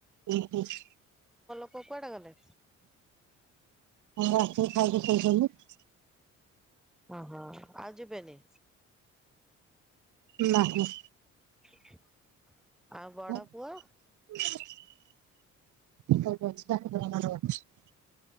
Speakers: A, on the right; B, in the centre.
A: ଓହୋ <inaudible>
B: କୋଉଠି କୁଆଡେ ଗଲେ।
A: ଆଉ ଆସିକି ଖାଇକି ସୋଇଛନ୍ତି।
B: ଓ ହୋ ଆ ଯିବେନି।
A: ନାହିଁ।
B: <inaudible>
A: <unintelligible>
B: ବଡ ପୁଅ?